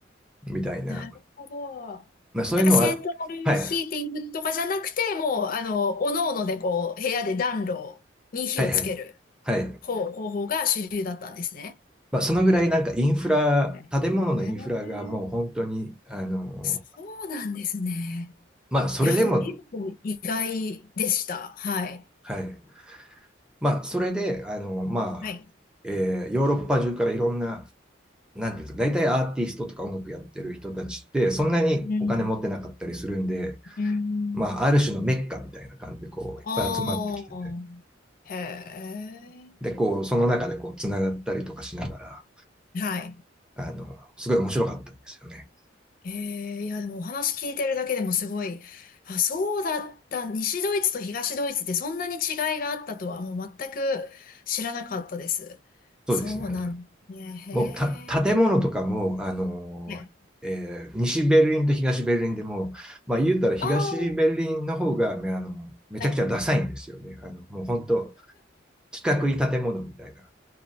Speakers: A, in the centre; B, on the left.
A: みたいな。
B: なるほど。
A: まあそういうのは、
B: なんかセントラルヒーティングとかじゃなくて、
A: はい、
B: もう、あの、おのおのでこう、部屋で暖炉に火をつける
A: はいはい、はい。
B: 方、方法が主流だったんですね。
A: まあそのぐらいなんかインフラ、
B: はいええ
A: 建物のインフラがもう本当に、あの、
B: そうなんですね。
A: まあそれでも、
B: いや、でも結構意外でした。はい。
A: はい。まあそれで、あの、まあ、
B: はい。
A: えーヨーロッパ中からいろんななんていうんですか、大体アーティストとか音楽やってる人たちって、そんなにお金持ってなかったりするんで、
B: うん。うん。
A: まあ、ある種のメッカみたいな感じで、こう、
B: ああ、
A: いっぱい集まってきてて、
B: へえ。
A: で、こう、その中でこう、つながったりとかしながら、
B: はい。
A: あの、すごい面白かったんですよね。
B: ええ、いや、でもお話聞いてるだけでもすごい、あ、そうだった。西ドイツと東ドイツってそんなに違いがあったとはもう全く知らなかったです。
A: そうですね。
B: そうなんね。へ
A: もう、た、建物とかも、
B: え。
A: あの、
B: ね
A: えー西ベルリンと東ベルリンでも、まあ、言うたら東ベルリンの方が、
B: ああ、
A: ね、あの、めちゃくちゃダサいんですよね。
B: はい。
A: あの、もう本当、四角い建物みたいな